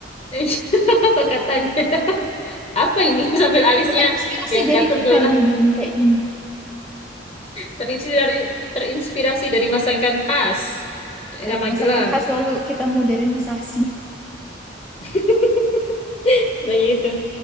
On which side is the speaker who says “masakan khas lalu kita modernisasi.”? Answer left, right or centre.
Centre